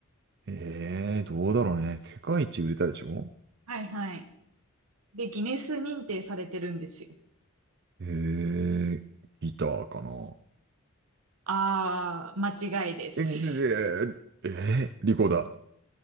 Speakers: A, on the right (about 50°); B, on the right (about 75°).
A: ええどうだろうね。世界一売れたでしょ
B: はいはい。で、ギネス認定されてるんですよ。
A: ええギターかな。
B: あー、間違いです。
A: ええええリコーダー。